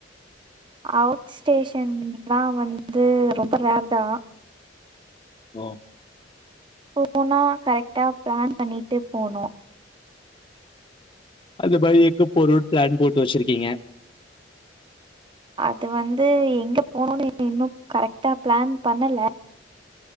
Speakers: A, on the right; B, on the left.
A: அவுட் ஸ்டேஷன்ல்லாம் வந்து ரொம்ப ரேர் தான்
B: ம் <unintelligible>
A: போனா கரெக்டா பிளான் பண்ணிட்டு போனும்
B: அது மாதிரி எக்கு பொரு பிளான் போட்டு வச்சிருக்கீங்க
A: அது வந்து எங்க போனும்னு இன்னும் கரெக்ட்டா பிளான் பண்ணல